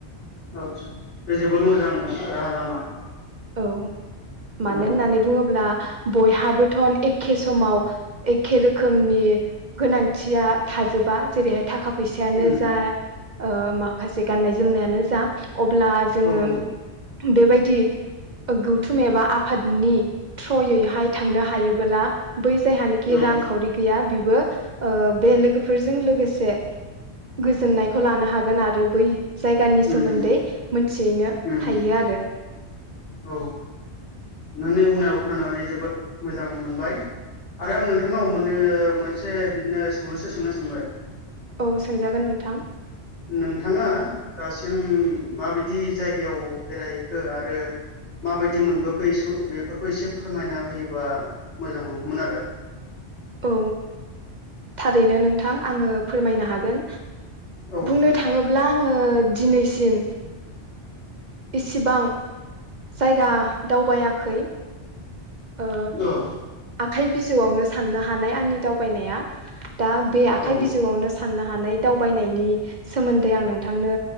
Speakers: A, on the left; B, on the right.
A: औ आतसा बे जोबोर मोजां राहा लामा।
B: औ मानो
A: औ
B: होननानै बुङोब्ला बयहाबोथ' एखे समाव एखे रोखोमनि गोनांथिया थाजोबा जेरैहाय थाखा फैसायानो
A: उम
B: जा ओ माखासे गाननाय जोमनायानो जा अब्ला जोङो
A: औ औ
B: बेबायदि गौथुम एबा आफादनि थ्रयैहाय थांनो हायोबोला बै जायहानिखि
A: औ उम
B: रांखावरि गैया बि बो ओ बे लोगोफोरजों लोगोसे गोजोननायखौ लानो हागोन आरो बै जायगानि
A: उम
B: सोमोन्दै मोन थियैनो
A: उम
B: हायो आरो।
A: औ। नोंनि बुंनायाव खोनानानै जोबोद मोजां मोनबाय आरो आं नोंथांनाव मोननो मोनसे बिदिनो सोंलुसो सोंनो सानबाय।
B: औ सोंजागोन नोंथां।
A: नोंथाङा दासिम माबायदि जायगायाव बेरायहैखो आरो माबायदि मोनबोखो इसे बेफोरखौ एसे फोरमायना होयोबा मोजां मोनगौमोन आरो।
B: औ थारैनो नोंथां आङो फोरमायनो हागोन।
A: औ नोंथां
B: बुंनो थाङोब्ला आङो दिनैसिम इसेबां जायगा दावबायाखै। ओ
A: औ
B: आखाइ बिजौआवनो साननो हानाय आंनि दावबायनाया। दा बे आखाइ
A: औ
B: बिजौआवनो साननो हानाय। दावबायनायनि सोमोन्दै आं नोंथांनो